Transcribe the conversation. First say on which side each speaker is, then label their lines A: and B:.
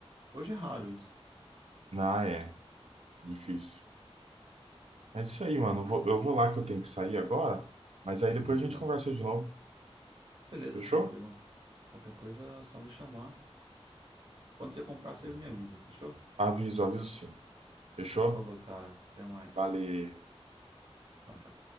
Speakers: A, on the right; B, on the right.
A: Hoje é raro isso.
B: Ah, é. Difícil. Mas isso aí, mano. Eu vou, eu vou lá que eu tenho que sair agora, mas aí
A: Beleza.
B: depois a gente conversa de novo.
A: Beleza,
B: Fechou?
A: tranquilo. Qualquer coisa é só me chamar. Quando você comprar, você me avisa, fechou?
B: Aviso, aviso sim. Fechou?
A: Então falou, cara. Até mais.
B: Valeu.
A: Tchau, tchau.